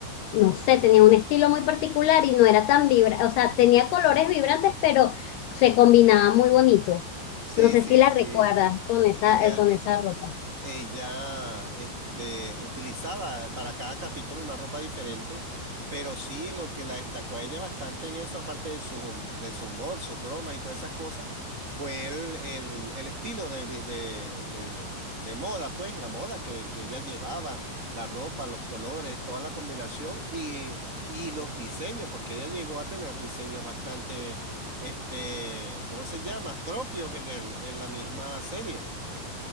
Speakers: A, on the left (about 75°); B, on the right (about 50°).
A: no sé, tenía un estilo muy particular y no era tan vibrante, o sea, tenía colores vibrantes, pero se combinaba muy bonito.
B: Sí,
A: No sé
B: sí,
A: si la
B: sí.
A: recuerdas con esa,
B: Ella,
A: eh, con esa ropa.
B: Ella, este, utilizaba para cada capítulo una ropa diferente, pero sí lo que la destacó a ella bastante en eso, aparte de su, hum- de su humor, sus bromas y todas esas cosas, fue el, el, el estilo de, vi- de, de, de moda, pues la moda que, que ella llevaba, la ropa, los colores, toda la combinación y, y los diseños, porque ella llegó a tener diseños bastante, este, ¿cómo se llama? Propios en el, en la misma serie.